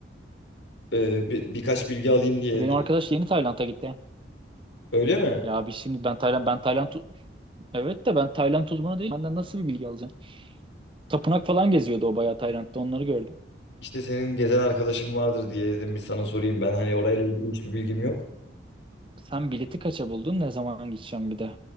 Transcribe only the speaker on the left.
Ee, bir, birkaç bilgi alayım diye.
Öyle mi?
İşte senin gezen arkadaşın vardır diye dedim bir sana sorayım. Ben hani orayla ilgili hiçbir bilgim yok.